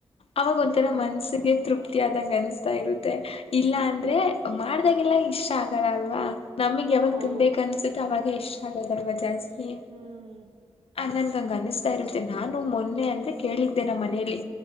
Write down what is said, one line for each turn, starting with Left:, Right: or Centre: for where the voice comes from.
Left: ಅವಾಗ ಒಂಥರ
Right: ಹ್ಮ್
Left: ಮನ್ಸ್ಸಿಗೆ ತೃಪ್ತಿ ಆದಂ ಅನ್ಸ ಇರುತ್ತೆ ಇಲ್ಲ ಅಂದ್ರೆ
Right: ಹ್ಮ್
Left: ಮಾಡ್ದಾಗೆಲ್ಲ ಇಷ್ಟ ಇಷ್ಟ ಆಗಲ್ಲಲ್ವಾ ನಮಗ್ ಯಾವಾಗ
Right: ಹೌದು
Left: ತಿನ್ಬೇಕು ಅನ್ಸುತ್ತೆ ಅವಾಗ ಇಷ್ಟ ಆಗ ದರ್ವಜಾಜಸ್್ <unintelligible>
Right: ಹ್ಮ್
Left: ಆನಂದ ಗಂಗಾನ ಇತ್ತೆ ನಾನು ಮೊನ್ನೆ ಅಂದ್ರೆ ಕೇಳಿದ್ದೆ ನಮ್ಮ ಮನೆಯಲ್ಲಿ